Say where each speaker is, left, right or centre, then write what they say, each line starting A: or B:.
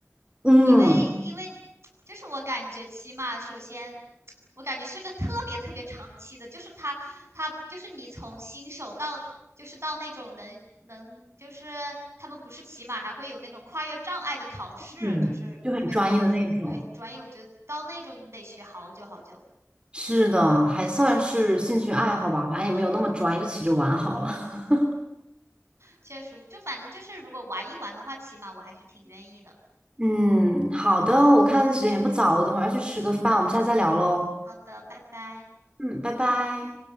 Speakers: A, on the right; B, on the right.
A: 嗯
B: 因为因为就是我感觉起码首先，我感觉是个特别特别长期的，就是他他就是你从新手到就是到那种能能就是他们不是骑马还会有那种跨越障碍的考试，
A: 嗯，
B: 就是特别高级，
A: 就很专业的那种。
B: 对，很专业。我觉得到那种你得学好久好久，
A: 是的，还算是兴趣爱好吧，反正也没有那么专业，就骑着玩好了。<laughs>
B: 确实，就反正就是如果玩一玩的话，骑马我还是挺愿意的。
A: 嗯，好的，我看时间也不早，我等会儿要去吃个饭，我们下次再聊喽。
B: 好的，拜拜。
A: 嗯，拜拜。